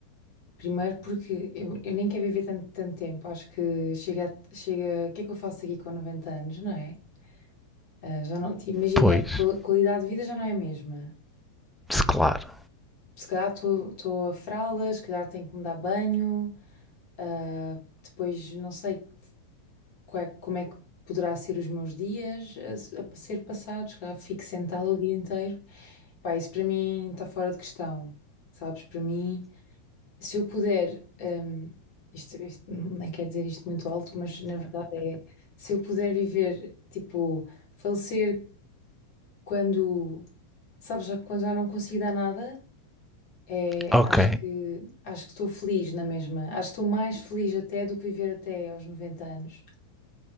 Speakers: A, on the left; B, in the centre.
A: Primeiro porque eu, eu nem quero viver tanto, tanto tempo. Acho que chega, a- chega. O que é que eu faço aqui com 90 anos, não é? Ah, já não, te- imagina,
B: Pois,
A: a qual- qualidade de vida já não é a mesma.
B: claro.
A: Se calhar estou a fraldas, se calhar tenho que me dar banho. ah, depois, não sei, qua- como é que poderá ser os meus dias a, a ser passados, cá fico sentada o dia inteiro. Pá, isso para mim está fora de questão, sabes? Para mim, se eu puder, hum, isto, isto nem quero dizer isto muito alto, mas na verdade é, se eu puder viver, tipo, falecer quando, sabes, já, quando já não consigo dar nada, é,
B: Ok.
A: acho que, acho que estou feliz na mesma, acho que estou mais feliz até do que viver até aos 90 anos,